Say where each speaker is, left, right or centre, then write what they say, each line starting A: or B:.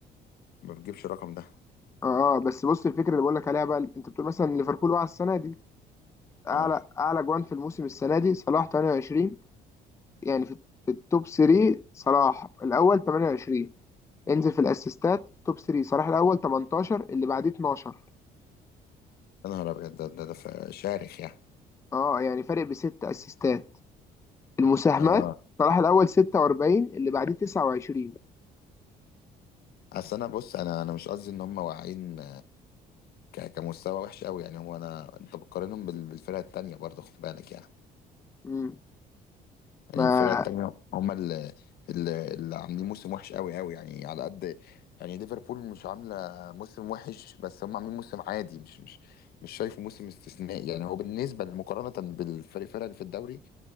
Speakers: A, on the left; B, on the left.
A: ما بتجيبش الرقم ده
B: اه بس بص الفكره اللي بقول لك عليها بقى انت بتقول مثلا ليفربول وقع السنه دي اعلى
A: اه
B: اعلى جوان في الموسم السنه دي صلاح 28 يعني في في التوب 3 صلاح الاول 28 انزل في الاسيستات توب 3 صلاح الاول 18 اللي بعديه 12
A: يا نهار ابيض ده ده, ده ف- شارخ يعني
B: اه يعني فارق بست اسيستات المساهمات
A: اه
B: صلاح الاول 46 اللي بعديه 29
A: اصل انا بص انا انا مش قصدي ان هم واقعين ك- كمستوى وحش قوي يعني هو انا انت بتقارنهم بال- بالفرق التانية برضه خد بالك يعني
B: امم
A: يعني
B: ما
A: الفرق التانية هم اللي, اللي, اللي عاملين موسم وحش قوي قوي يعني على قد يعني ليفربول مش عاملة موسم وحش بس هم عاملين موسم عادي مش مش مش شايفه موسم استثنائي يعني هو بالنسبة مقارنة بالفريق الفرق اللي في الدوري